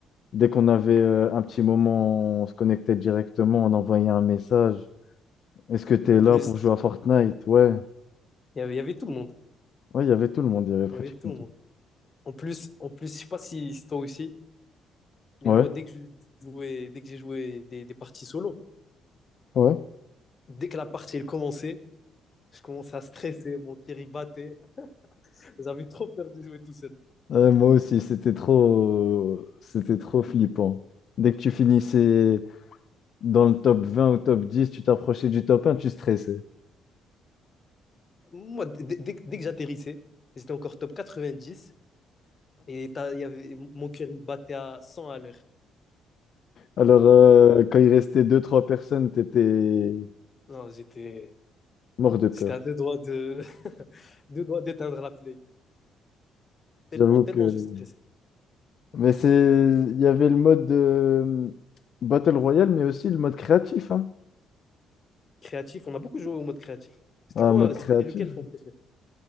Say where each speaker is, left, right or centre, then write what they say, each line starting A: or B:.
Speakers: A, on the left (about 55°); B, on the left (about 40°).
A: Dès qu'on avait euh, un petit moment, on se connectait directement. On envoyait un message. Est-ce que tu
B: En
A: es
B: plus,
A: là pour jouer à Fortnite? Ouais.
B: Il y avait, il y avait tout le monde.
A: Ouais, il y avait tout le monde, il y avait pratiquement
B: Il y avait tout le
A: tout.
B: monde. En plus, en plus, je sais pas si c'est toi aussi, mais
A: le monde.
B: moi,
A: Ouais,
B: dès que je jouais, dès que j'ai joué des, des parties solo,
A: ouais.
B: dès que la partie elle commençait, je commençais à stresser, mon kiri battait. J'avais trop peur de jouer tout seul.
A: Euh, moi aussi, c'était trop, c'était trop flippant. Dès que tu finissais dans le top 20 ou top 10, tu t'approchais du top 1, tu stressais.
B: Moi, dès, dès que dès que j'atterrissais, j'étais encore top 90 et t'as- il y avait, mon cœur il battait à 100 à l'heure.
A: Alors, euh, quand il restait deux trois personnes, t'étais
B: Non, j'étais,
A: mort de peur.
B: j'étais à deux doigts de, <laughs> deux doigts d'éteindre la play. Tellement,
A: J'avoue
B: tellement
A: que...
B: je stressais.
A: Mais c'est... Il y avait le mode euh, Battle Royale, mais aussi le mode créatif, hein.
B: Créatif, on a beaucoup joué au mode créatif. C'était
A: Ah,
B: quoi,
A: mode
B: c'était
A: créatif.
B: lequel ton préféré?